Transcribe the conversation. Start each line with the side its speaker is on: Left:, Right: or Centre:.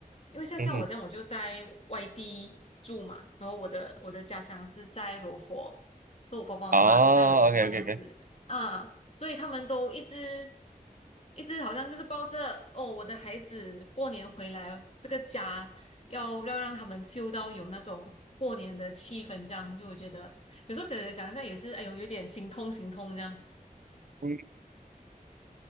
Left: 因为像像我这样，
Right: 嗯哼。
Left: 我就在外地住嘛，然后我的我的家乡是在柔佛。就我爸爸妈妈都在柔佛这样子啊，
Right: 啊，OK OK OK，
Left: 所以他们都一直一直好像就是抱着哦，我的孩子过年回来这个家要要让他们 feel 到有那种过年的气氛，这样就我觉得有时候想想一下也是，哎呦，有点心痛心痛这样，
Right: 嗯，